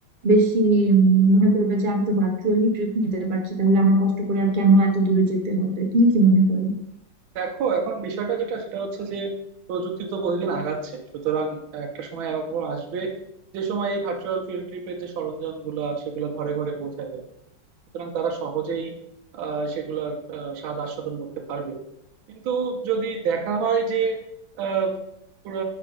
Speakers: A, on the right (about 65°); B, on the right (about 80°).
A: বেশি উম, মনে করবে যে আমি তো ভার্চুয়ালি ট্রিপ নিতে পারছি তাহলে আমার কষ্ট করে আর কেন এত দূরে যেতে হবে তুমি কি মনে করো
B: দেখো এখন বিষয়টা যেটা সেটা হচ্ছে যে প্রযুক্তি তো প্রতিদিন আগাচ্ছে সুতরাং একটা সময় এরকম আসবে যে সময় এই ভার্চুয়াল ফিল্ড ট্রিপের যে সরঞ্জাম গুলা সেগুলো ঘরে ঘরে পৌঁছায় যাবে সুতরাং তারা সহজেই আহ, সেগুলার আহ, স্বাদ আস্বাদন করতে পারবে কিন্তু যদি দেখা হয় যে আহ, পুরা